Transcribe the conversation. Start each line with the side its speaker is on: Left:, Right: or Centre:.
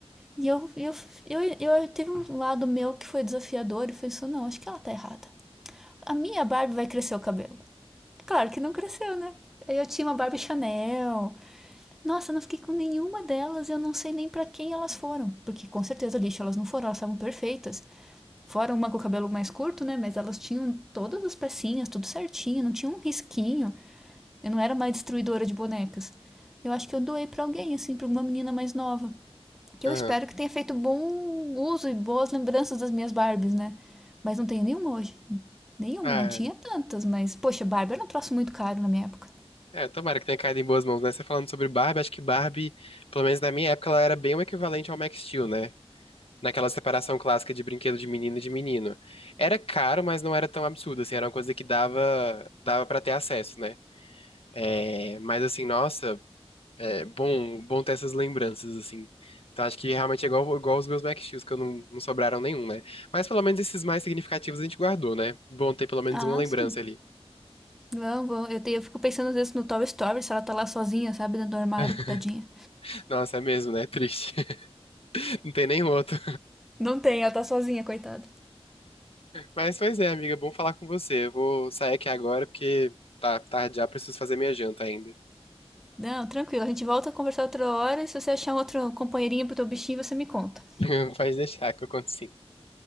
Centre: E eu, eu, eu, eu, eu teve um lado meu que foi desafiador e pensou, não, acho que ela tá errada. A minha Barbie vai crescer o cabelo. Claro que não cresceu, né? Eu tinha uma Barbie Chanel. Nossa, eu não fiquei com nenhuma delas, eu não sei nem para quem elas foram. Porque com certeza lixo elas não foram, elas estavam perfeitas. Fora uma com o cabelo mais curto, né? Mas elas tinham todas as pecinhas, tudo certinho, não tinha um risquinho. Eu não era mais destruidora de bonecas. Eu acho que eu doei pra alguém, assim, pra uma menina mais nova. Que
Left: Aham.
Centre: eu espero que tenha feito bom uso e boas lembranças das minhas Barbies, né? Mas não tenho nenhuma hoje. Nenhuma,
Left: Ah,
Centre: não tinha tantas, mas, poxa, Barbie era um troço muito caro na minha época.
Left: é, tomara que tenha caído em boas mãos, né? Você falando sobre Barbie, acho que Barbie, pelo menos na minha época, ela era bem o equivalente ao Max Steel, né? Naquela separação clássica de brinquedo de menino e de menino. Era caro, mas não era tão absurdo, assim, era uma coisa que dava, dava para ter acesso, né? É, mas assim, nossa, é bom, bom ter essas lembranças, assim. Então acho que realmente é igual, igual os meus Max Steels, que eu não, não sobraram nenhum, né? Mas pelo menos esses mais significativos a gente guardou, né? Bom ter pelo menos
Centre: Ah,
Left: uma lembrança
Centre: sim.
Left: ali.
Centre: Não, vou- eu, te- eu fico pensando às vezes no Toy Story, se ela tá lá sozinha, sabe, dentro do armário,
Left: <laughs>
Centre: tadinha.
Left: Nossa, é mesmo, né? Triste. <laughs> Não tem nenhum outro.
Centre: Não tem, ela tá sozinha, coitada.
Left: Mas, pois é, amiga, bom falar com você. Eu vou sair aqui agora porque tá tarde já, preciso fazer minha janta ainda.
Centre: Não, tranquilo. A gente volta a conversar outra hora. E se você achar um outro companheirinho pro teu bichinho, você me conta.
Left: <laughs> Pode deixar que eu conto sim.